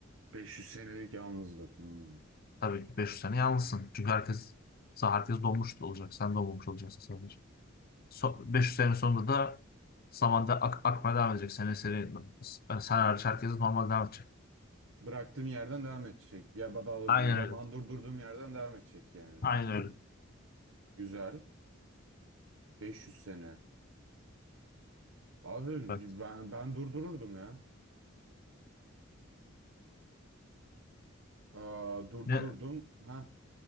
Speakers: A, on the right; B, on the left.
A: 500 senelik yalnızlık. Hmm.
B: tabii ki 500 sene yalnızsın. Çünkü herkes herkes donmuş olacak. Sen donmamış olacaksın sadece. So, 500 sene sonunda da zamanda ak akmaya devam edecek. Seni, seni, sen hariç herkes normal devam edecek.
A: Bıraktığım yerden devam edecek. Ya daha doğrusu
B: Aynen
A: zaman
B: öyle.
A: durdurduğum yerden devam edecek yani.
B: Aynen öyle.
A: Güzel. 500 sene. Abi
B: Evet.
A: ben ben durdururdum ya. Aa, durdururdum.
B: Ne,
A: Ha